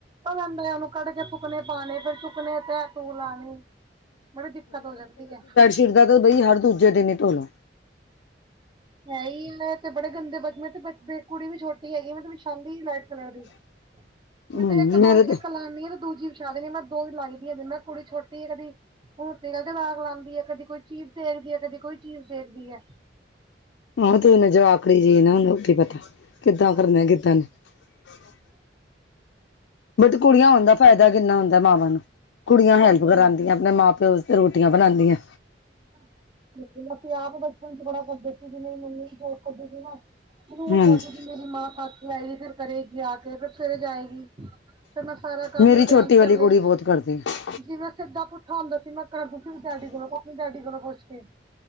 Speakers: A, on the right; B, on the left.
A: ਅੰਦਰਲਿਆਂ ਨੂੰ ਕੱਢ ਕੇ ਸੁੱਕਨੇ ਪਾਉਣੇ। ਫਿਰ ਸੁੱਕਨੇ ਤੈ ਤੂੰ ਲਾਣੀ। ਬੜੀ ਦਿੱਕਤ ਹੋ ਜਾਂਦੀ ਐ।
B: ਚਿਰਦਾ ਤੇ ਬਈ ਹਰ ਦੂਜੇ ਦਿਨ ਹੀ ਧੋਲਾ।
A: ਹੈ ਹੀ ਮੈਂ ਤੇ ਬੜੇ ਗੰਦੇ ਬੱਚੇ ਤੇ ਕੁੜੀ ਵੀ ਛੋਟੀ ਹੈਗੀ। ਮੈਂ ਤੇ ਵਛਾਂਦੀ ਨਹੀਂ ਲਾਈਟ ਕਲਰ ਦੀ।
B: <unintelligible>
A: ਮੈਂ ਤੇ ਇੱਕ ਦੋ
B: ਮੇਰੇ
A: ਹੀ
B: ਤਾਂ
A: ਇੱਕ ਲਾਂਦੀ ਹਾਂ ਤੇ ਦੂਜੀ ਵੀ ਵਿਛਾ ਦਿੰਦੀ ਆ। ਮੈਂ ਦੋ ਵੀ ਲਾਈ ਦੀ ਆ ਜੇ ਮੈਂ ਕੁੜੀ ਛੋਟੀ ਤੇਲਦੀ। ਹੁਣ ਤੇਲ ਦੇ ਬਾਲ ਲਾਉਦੀ ਹੈ। ਕਦੇ ਕੋਈ ਚੀਜ਼ ਦੇੇਖਦੀ ਹੈ। ਕਦੇ ਕੋਈ ਚੀਜ਼ ਦੇਖਦੀ ਹੈ।
B: ਹੁਣ ਉਹਨੂੰ ਕੀ ਜਵਾਕੜੀ ਜੀ ਨੂੰ ਹੁਣ ਉਹਨੂੰ ਕੀ ਪਤਾ। ਕਿੱਦਾਂ
A: ਹਾਂਜੀ
B: ਕਰਨੇ ਆ, ਕਿੱਦਾਂ ਨਹੀਂ। ਬਟ ਕੁੜੀਆਂ ਹੋਣ ਦਾ ਫਾਇਦਾ ਕਿੰਨਾ ਹੁੰਦਾ ਮਾਵਾਂ ਨੂੰ, ਕੁੜੀਆਂ ਹੈਲਪ
A: ਹਾਂਜੀ
B: ਕਰਾਦੀਆਂ। ਆਪਣੇ ਮਾਂ- ਪਿਓ ਵਾਸਤੇ ਰੋਟੀਆਂ ਬਣਾਉਂਦੀਆਂ।
A: <unintelligible> ਅਸੀਂ ਆਪ ਬਚਪਨ ਚ ਬੜਾ ਕਰਦੇ ਸੀ, ਵੀ ਨਹੀਂ ਮੰਮੀ <unintelligible> <unintelligible> ਨੂੰ
B: ਹਾਂਜੀ
A: ਉਹਣ ਲੱਗਦਾ ਜ ਮੇਰੀ ਮਾਂ ਪਾਥ ਆਏਗੀ, ਫ਼ੇਰ ਕਰੇਵੀ ਆ ਕੇ ਫਿਰ ਸਵੇਰੇ ਜਾਏਗੀ। ਫ਼ਿਰ ਮੈਂ ਸਾਰਾ ਕੰਮ
B: ਮੇਰੀ
A: ਹਜੇ
B: ਛੋਟੀ
A: <unintelligible>
B: ਵਾਲੀ
A: ਕਰ
B: ਕੁੜੀ
A: ਲਈ।
B: ਬਹੁਤ ਕਰਦੀ ਆ।
A: ਜਿਵੇ ਸਿੱਧਾ ਪੁੱਠਾ ਹੁੰਦਾ ਸੀ, ਮੈਂ ਕਰ ਦਿੱਤਾ ਸੀ ਡੈਡੀ ਕੋਲੋਂ ਆਪਣੇ ਡੈਡੀ ਕੋਲੋਂ ਪੁੱਛ ਕੇ।